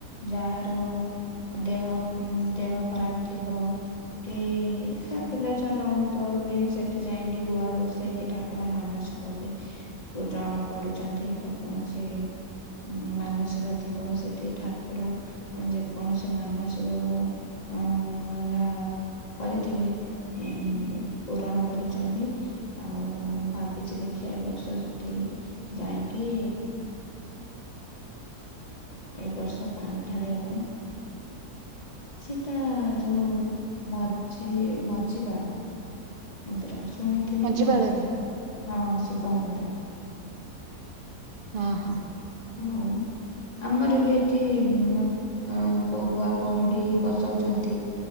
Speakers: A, on the left; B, on the right.
A: ଯାହାର ଦେହ ଉଁ, ଦେହ ଖରାପ ଥିବ। କି କା ପିଲା ଛୁଆ ନ ହଉଥୁବ ବି ସେଠି ଯାଇକି ଗୁଆ ବସେଇକି ଠାକ କୁର ମାନସିକ ବି ପୂରଣ କରୁଛନ୍ତି। ଯେକୌଣସି ଉଁ, ମାନସିକ ଥିବ ସେଠି ଠାକୁର ଏ ଯେକୌଣସି ମାନସିକ ଓ ଅଁ, ହେଲା କରିଥିବେ ଏଁ, ଉ, ପୂରଣ କରୁଛନ୍ତି। ଆଉ ଭାବିଛି ଦେଖିଆ ଏ ବର୍ଷ ସେଠି ଯାଇଁକି ଏ ବର୍ଷ ପାଣି ଢାଳିବା ପାଇଁ, ସେଟା ଯୋଉ ମଝି ମଝିପାଳ ମନ୍ଦିର ଶୁଣିଥିବେ
B: ମଝିପାଳରେ।
A: କଣ? ହଁ ଶିିବ ମନ୍ଦିର।
B: ଅଁ, ହଁ।
A: ଆଉ ଆମର ବି ଏଠି ଉଁ, ଅଁ, କ-ଗୁଆ କଉଡି ବସଉଛନ୍ତି।